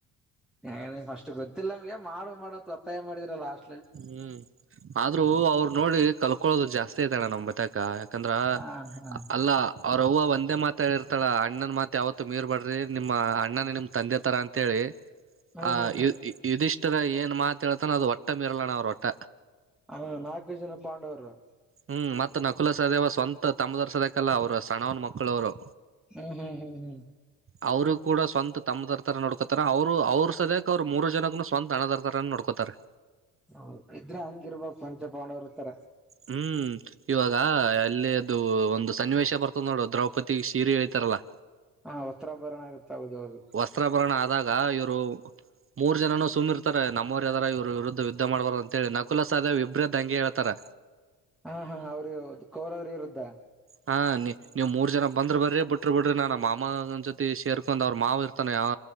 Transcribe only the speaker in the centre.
ಹ ಫಸ್ಟ್ ಗೊತ್ತಿಲ್ಲ ನಮ್ಗೆ ಮಾಡು ಮಾಡತ್ ಒತ್ತಾಯ ಮಾಡಿದ್ರ ಲಾಸ್ಟ್
ಹಾ ಹಾ
<inaudible>
ಹ್ಮ್
ಹ ನಾಲ್ಕು ಜನ ಪಾಂಡವರು
ಹ್ಮ್ ಹ್ಮ್ ಹ್ಮ್ ಹ್ಮ್
ಹ ಇದ್ರ ಹಂಗಿರ್ಬಕ್ ಪಂಚ ಪಾಂಡವರುರ್ತರ
ಹಾ ಒತ್ತತ್ರಾ ಬರಣ ಆಗುತ್ತ ಹೌದ ಹೌದು
ಹಾ ಹಾ ಅವ್ರ ಕೌರವ್ರ ಇರುದ್ದಾ